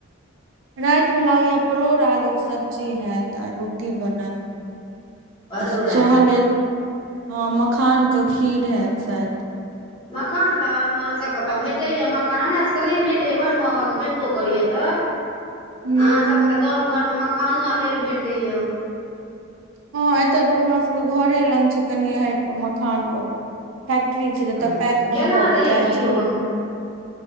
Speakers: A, on the right; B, on the left.
A: रातिमे लागेया परोड़ आलूके सब्जी होत आ रोटी बनत
B: परोड़
A: आ
B: आलूके
A: सहल हे अ मखान के खीर हैत शायद
B: मखान तऽ अहाँसभकेँ तऽ भेटैएा मखान हमरासभकेँ नहि भेटैए बड़ महग भेटबो करैए तऽ
A: हूँ
B: अहाँसभके तऽ गाम घरमे मखानो अलेल भेटैएा
A: हँ एतऽ तऽ हमरा सबके घरे लग छै कने हटि कऽ मखान के फैक्ट्री छै जतय
B: अच्छा
A: पैक
B: केना
A: भऽ भऽ
B: दैए
A: कऽ जाइ
B: किलो
A: छै मखान